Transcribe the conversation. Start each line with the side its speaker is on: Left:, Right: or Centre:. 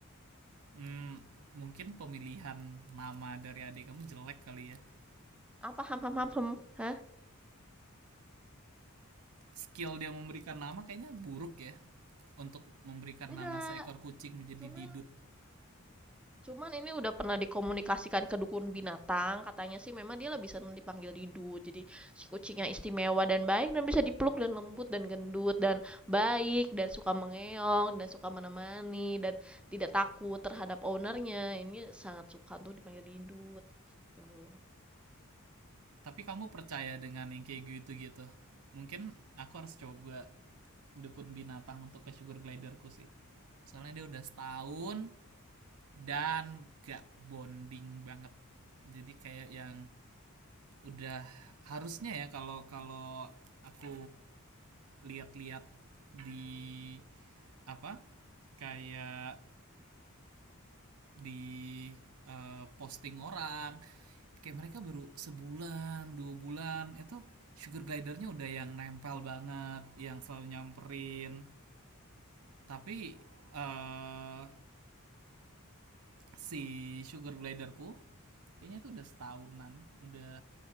Right: Hmm, mungkin pemilihan nama dari adik kamu jelek kali ya.
Centre: Apa? Ham ham ham hem? Hah?
Right: Skill dia memberikan nama kayaknya buruk ya. Untuk memberikan
Centre: Enggak,
Right: nama seekor kucing menjadi
Centre: cuman
Right: Didut
Centre: Cuman ini udah pernah dikomunikasikan ke dukun binatang, katanya sih memang dia lebih senang dipanggil Didu. Jadi si kucingnya istimewa dan baik dan bisa dipeluk dan lembut dan gendut dan baik dan suka mengeong dan suka menemani dan tidak takut terhadap ownernya. Ini sangat suka untuk dipanggil Didu gitu.
Right: Tapi kamu percaya dengan yang kayak gitu gitu? Mungkin aku harus coba dukun binatang untuk ke sugar gliderku sih. Soalnya dia udah setahun dan gak bonding banget. Jadi kayak yang udah harusnya ya kalau kalau aku lihat-lihat di apa kayak di eh, posting orang kayak mereka baru sebulan dua bulan itu sugar glidernya udah yang nempel banget yang selalu nyamperin tapi eh si sugar gliderku kayaknya itu udah setahunan udah